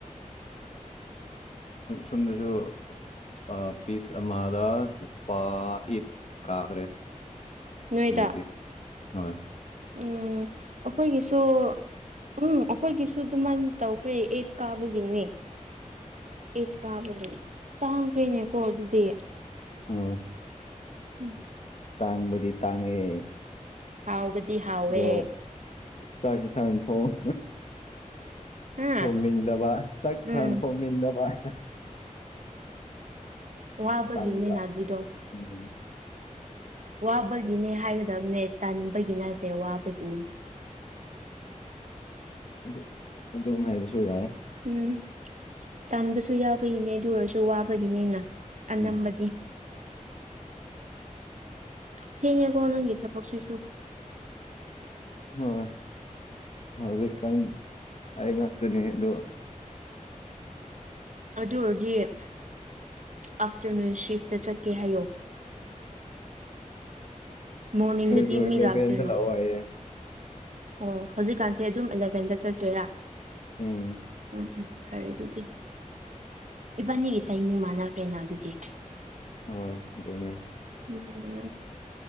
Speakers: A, on the left; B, on the right.
A: ꯁꯣꯝꯗꯁꯨ ꯑꯥ ꯄꯤꯁ ꯑꯃꯥꯗ ꯅꯨꯄꯥ ꯑꯦꯠ ꯀꯥꯈ꯭ꯔꯦ
B: ꯅꯣꯏꯗ
A: ꯍꯧꯖꯤꯛꯇꯤ ꯍꯣꯏ
B: ꯎꯝ ꯑꯈꯣꯏꯒꯤꯁꯨ ꯎꯝ ꯑꯈꯣꯏꯒꯤꯁꯨ ꯑꯗꯨꯃꯥꯏꯅ ꯇꯧꯈ꯭ꯔꯦ ꯑꯦꯠ ꯀꯥꯕꯒꯤꯅꯦ ꯑꯦꯠ ꯀꯥꯕꯒꯤ ꯇꯥꯡꯈ꯭ꯔꯦꯅꯦꯀꯣ ꯑꯗꯨꯗꯤ
A: ꯍꯣꯏ
B: ꯎꯝ
A: ꯇꯥꯡꯕꯗꯤ ꯇꯥꯡꯉꯦ
B: ꯍꯥꯎꯕꯗꯤ ꯍꯥꯎꯋꯦ
A: ꯑꯗꯣ ꯆꯥꯛ ꯏꯟꯁꯥꯡ ꯊꯣꯡ
B: ꯍꯥ
A: ꯊꯣꯡꯅꯤꯡꯗꯕ ꯆꯥꯛ ꯏꯟꯁꯥꯡ
B: ꯎꯝ
A: ꯊꯣꯡꯅꯤꯡꯗꯕ <inaudible>
B: ꯋꯥꯕꯒꯤꯅꯦꯅꯥ
A: ꯇꯟꯕ
B: ꯑꯗꯨꯗꯣ
A: ꯎꯝ
B: ꯋꯥꯕꯒꯤꯅꯦ ꯍꯥꯏꯒꯗꯕꯅꯦ ꯇꯟꯕꯒꯤ ꯅꯠꯇꯦ ꯋꯥꯕꯒꯤꯅꯦ
A: ꯑꯗꯨ ꯑꯗꯨꯝ ꯍꯥꯏꯕꯁꯨ ꯌꯥꯏ
B: ꯎꯝ ꯇꯟꯕꯁꯨ ꯌꯥꯎꯕꯒꯤꯅꯦ ꯑꯗꯨ ꯑꯣꯏꯔꯁꯨ ꯋꯥꯕꯒꯤꯅꯦꯅ ꯑꯅꯝꯕꯗꯤ
A: ꯎꯝ
B: ꯊꯦꯡꯉꯦꯀꯣ ꯅꯪꯒꯤ ꯊꯕꯛꯁꯤꯁꯨ
A: ꯍꯣꯏ ꯍꯧꯖꯤꯛꯀꯥꯟ ꯑꯩ ꯉꯥꯛꯇꯅꯤ ꯑꯗꯨ
B: ꯑꯗꯨ ꯑꯣꯏꯔꯗꯤ ꯑꯥꯐꯇꯔꯅꯨꯟ ꯁꯤꯐꯇ ꯆꯠꯀꯦ ꯍꯥꯏꯌꯣ ꯃꯣꯔꯅꯤꯡꯗꯗꯤ
A: ꯑꯦꯜꯂꯚꯦꯟꯗ
B: ꯃꯤ ꯂꯥꯛꯇꯣꯏꯅ
A: ꯂꯥꯛꯑꯣ ꯍꯥꯏꯌꯦ
B: ꯑꯣ ꯍꯧꯖꯤꯛꯀꯥꯟꯁꯦ ꯑꯗꯨꯝ ꯑꯦꯂꯚꯦꯟꯗ ꯆꯠꯇꯣꯏꯔꯥ
A: ꯎꯝ
B: ꯎꯝ ꯎꯝ ꯐꯔꯦ ꯑꯗꯨꯗꯤ ꯏꯕꯥꯅꯤꯒꯤ ꯇꯥꯏꯃꯤꯡ ꯃꯥꯟꯅꯈ꯭ꯔꯦꯅ ꯑꯗꯨꯗꯤ
A: ꯍꯣꯏ ꯑꯗꯨꯅꯦ
B: <unintelligible>